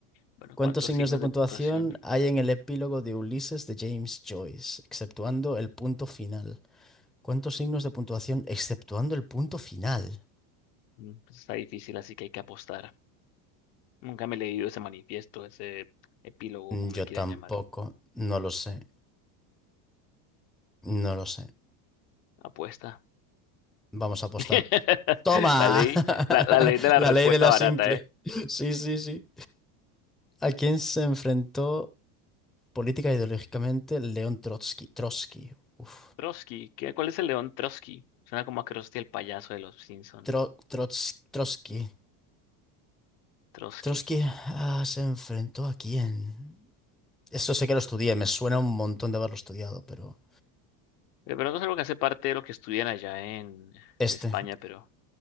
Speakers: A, on the left; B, in the centre.
A: Bueno,
B: ¿Cuántos
A: ¿cuántos
B: signos
A: signos
B: de puntuación
A: de puntuación?
B: hay en el epílogo de Ulises de James Joyce, exceptuando el punto final? ¿Cuántos signos de puntuación exceptuando el punto final?
A: Mm, pues está difícil, así que hay que apostar. Nunca me he leído ese manifiesto, ese epílogo,
B: Mm,
A: como
B: Yo
A: le quieran
B: tampoco,
A: llamar.
B: no lo sé. No lo sé.
A: Apuesta.
B: Vamos a apostar.
A: <laughs>
B: ¡Toma!
A: La ley,
B: <laughs>
A: la, la ley de la
B: La
A: respuesta
B: ley de la
A: barata,
B: simple.
A: ¿eh?
B: Sí, sí, sí. ¿A quién se enfrentó política e ideológicamente León Trotsky? Trotsky. Uf.
A: Trotsky. ¿Qué, cuál es el león Trotsky? Suena como a Krusty el payaso de los Simpson.
B: Tro- Trots- Trotsky.
A: Trotsky.
B: Trotsky, ah, ¿se enfrentó a quién? Eso sé que lo estudié. Me suena un montón de haberlo estudiado, pero...
A: De pronto es algo que hace parte de lo que estudian allá en,
B: Este.
A: en España, pero